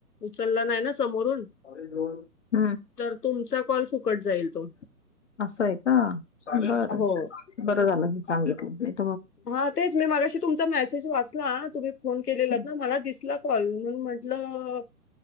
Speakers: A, on the left (about 80°); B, on the left (about 50°).
A: उच नाही समोरून
B: ्
A: तर तुमचा कॉल फुकट जाईल तो
B: असं आहे ह बरं
A: हो
B: बरं झालं हे सांग हां
A: हा तेच मी मागाशी तुमचा मेसेज वाचला तुम्ही फोन केलेला
B: हं, हं.
A: ना मला दिसला कॉल म्हणून म्हंटलं